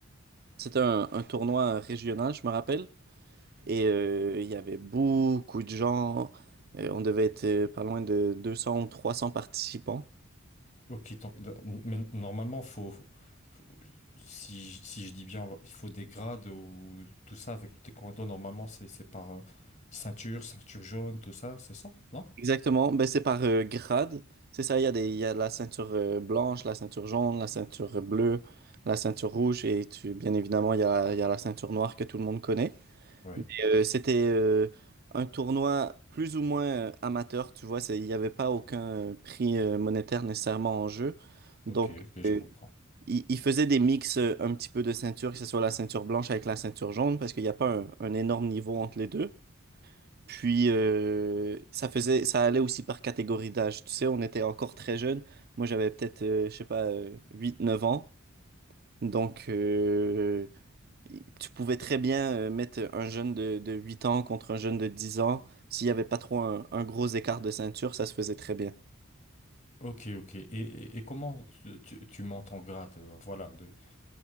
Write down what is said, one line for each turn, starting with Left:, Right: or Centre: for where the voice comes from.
Right: C'était un, un tournoi régional, je me rappelle. Et euh, il y avait beaucoup de gens. Euh, on devait être euh, pas loin de 200 ou 300 participants.
Left: Ok, donc, de- mais normalement, faut, faut- faut- si, je si je dis bien, il faut des grades ou tout ça avec le taekwondo. Normalement, c'est c'est par euh, ceinture, ceinture jaune, tout ça, c'est ça, non?
Right: Exactement, ben, c'est par euh, grade. C'est ça, il y a des, il y a la ceinture euh, blanche, la ceinture jaune, la ceinture bleue, la ceinture rouge et tu, bien évidemment, il y a, il y a la ceinture noire que tout le monde connaît.
Left: Oui.
Right: Mais euh, c'était euh, un tournoi plus ou moins euh, amateur, tu vois, c'est- il n'y avait pas aucun euh, prix euh, monétaire nécessairement en jeu. Donc,
Left: Ok, ok, je
Right: euh,
Left: comprends.
Right: il, il faisait des mix euh, un petit peu de ceinture, que ce soit la ceinture blanche avec la ceinture jaune, parce qu'il n'y a pas un un énorme niveau entre les deux. Puis euh, ça faisait, ça allait aussi par catégorie d'âge. Tu sais, on était encore très jeunes. Moi, j'avais peut-être, euh, je sais pas, euh, huit, neuf ans. Donc, euh, y- tu pouvais très bien euh, mettre un jeune de, de 8 ans contre un jeune de 10 ans. S'il n'y avait pas trop un, un gros écart de ceinture, ça se faisait très bien.
Left: Ok, ok. Et, et- et comment tu, tu tu montes en grade, euh, voilà, de,